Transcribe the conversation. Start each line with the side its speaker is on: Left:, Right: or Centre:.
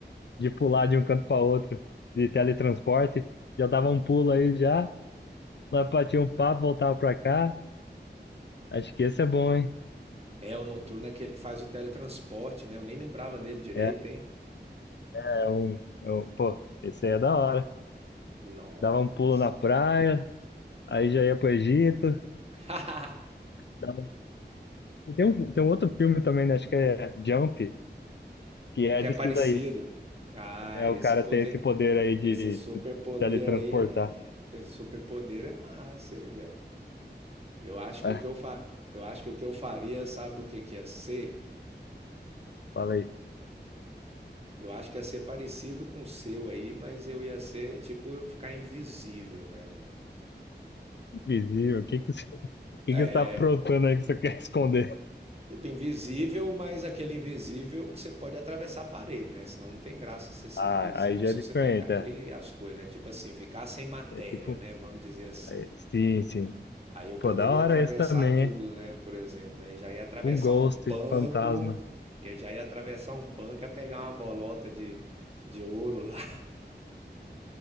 Left: de pular de um canto para outro, de teletransporte. Já dava um pulo aí já, lá batia um papo, voltava pra cá. Acho que esse é bom, hein?
Right: É, o Noturno é aquele que faz o teletransporte, né? Eu nem lembrava dele direito,
Left: É,
Right: hein?
Left: é um, é um, pô, esse aí é da hora.
Right: Nossa.
Left: Dava um pulo na praia Aí já ia pro Egito.
Right: <laughs>
Left: dava- E Tem um, tem um outro filme também, né? Acho que é Jump, que é
Right: que
Left: disso
Right: é parecido.
Left: daí.
Right: Ah,
Left: É
Right: esse
Left: o cara
Right: poder,
Left: ter esse poder aí de
Right: esse superpoder
Left: teletransportar.
Right: aí é, esse superpoder é massa, hein, velho? Eu acho que
Left: É,
Right: o que eu fa... eu acho que o que eu faria, sabe o que que ia ser?
Left: fala aí,
Right: Eu acho que ia ser parecido com o seu aí, mas eu ia ser, tipo, eu ficar invisível, né, velho?
Left: invisível, o que que, você- o que
Right: É.
Left: que você tá aprontando aí que você quer <laughs> esconder?
Right: Tipo, invisível, mas aquele invisível que você pode atravessar a parede, né? Senão não tem graça você ser
Left: Ah,
Right: invisível
Left: aí já
Right: se
Left: é
Right: você
Left: diferente,
Right: tem que abrir
Left: é.
Right: as coisas, né? Tipo assim, ficar sem matéria,
Left: É tipo,
Right: né? Vamos dizer assim.
Left: aí- sim, sim.
Right: Aí eu poderia
Left: Pô, da hora
Right: atravessar
Left: esse também,
Right: tudo,
Left: hein?
Right: né? Por exemplo, né? Já ia atravessar
Left: Um ghost,
Right: um banco,
Left: fantasma.
Right: eu já ia atravessar um banco e ia pegar uma bolota de, de ouro lá.